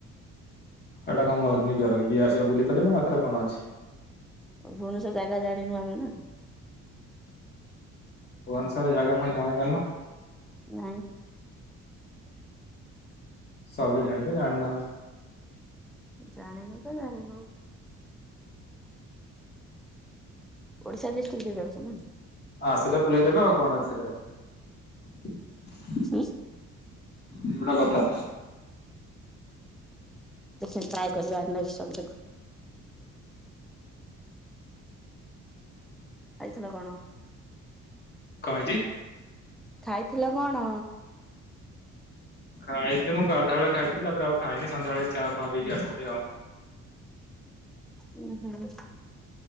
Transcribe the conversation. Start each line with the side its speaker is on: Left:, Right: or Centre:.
Left: ଏଟା କଣ ମୋ ନିଜର କି ଯିଏ ଆସିବ ବୁଲି ପାରିବ ହେଥରେ କଣ ଅଛି।
Centre: ଭୁବନେଶ୍ଵର ଜାଗା ଜାଣିନୁ ଆମେ ନା।
Left: ଭୁନେଶ୍ଵରୋର ଜାଗାପୁଣି ତମେ ଜାଣିନ।
Centre: ନାଇଁ।
Left: ସବୁ ଜାଣିଛ ଜାଣୁ ନାହାନ୍ତି।
Centre: ଜାଣିନୁ ତ ଜାଣିନୁ। ଓଡିଶା ଡିଷ୍ଟିକ ରେ ଯାଉଛି ନାଇ।
Left: ଆସିଲେ ବୁଲେଇ ଦେବେ ଆଉ କଣ ଅଛି ସେଥିରେ।
Centre: ଉଁ।
Left: ଏଇଗୁଟା କଥା।
Centre: ଦେଖିବି ଟ୍ରାଏ କରିବା ନେକ୍ସଟ ଟାଇମ ଦେଖୁ। ଖାଇଥିଲ କଣ।
Left: କଣ ହେଇଛି।
Centre: ଖାଇଥିଲ କଣ।
Left: ଖାଇଥିଲି ମୁଁ ଗାଧୁଆ ବେଳେ ଖାଇଥିଲି ତାପରେ ଆଉ ଖାଇନି ସନ୍ଧ୍ୟାବେଳେ ଏଇ ଚା ଫା ପଇକି ଆସିଥିଲି ଆଉ।
Centre: ଉଁ ହୁଁ